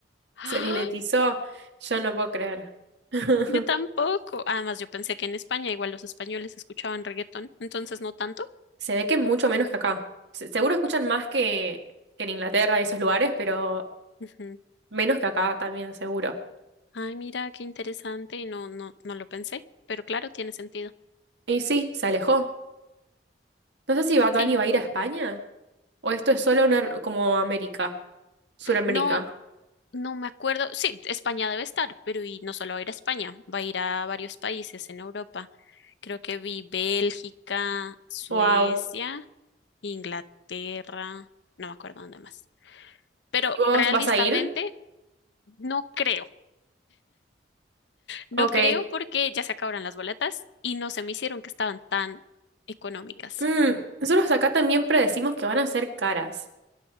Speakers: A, on the left; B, on the right.
A: ¡Ah!
B: Se mimetizó. Yo no puedo creer. <laughs>
A: Yo tampoco. Además, yo pensé que en España igual los españoles escuchaban reggaetón, entonces no tanto.
B: Se ve que mucho menos que acá. Se- Seguro escuchan más que, que en Inglaterra y esos lugares, pero
A: Ujú.
B: menos que acá también, seguro.
A: Ay, mira, qué interesante. No, no, no lo pensé, pero claro, tiene sentido.
B: Y sí, se alejó. No sé si Bad
A: Sí,
B: Bunny va a ir a España o esto es solo una, como América, Suramérica.
A: no, No me acuerdo. Sí, España debe estar, pero y no solo va a ir a España, va a ir a varios países en Europa. Creo que vi Bélgica, Suecia,
B: wow.
A: Inglaterra, no me acuerdo dónde más. Pero
B: ¿Y vos
A: realistamente
B: vas a ir?
A: no creo, no
B: Ok.
A: creo porque ya se acabaron las boletas y no se me hicieron que estaban tan económicas.
B: Mm, nosotros acá también predecimos que van a ser caras.